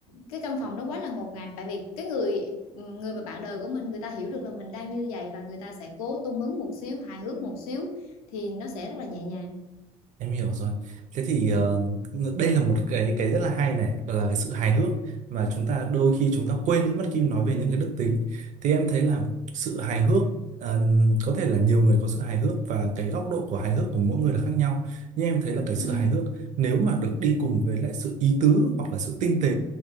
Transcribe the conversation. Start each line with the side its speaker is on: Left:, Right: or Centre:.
Left: cái căn phòng nó quá là ngột ngạt tại vì cái người người mà bạn đời của mình người ta hiểu được là mình đang như vậy và người ta sẽ cố tung hứng một xíu hài hước một xíu thì nó sẽ rất là nhẹ nhàng
Right: Em hiểu rồi. Thế thì ờ, đây là một cái cái rất là hay này, là cái sự hài hước mà chúng ta đôi khi chúng ta quên đi mất khi nói về những cái đức tính. Thì em thấy là sự hài hước ờ, có thể là nhiều người có sự hài hước và cái góc độ của hài hước của mỗi người là khác nhau. Nhưng em thấy là cái sự
Left: ừ
Right: hài hước nếu mà được đi cùng với lại sự ý tứ hoặc là sự tinh tế,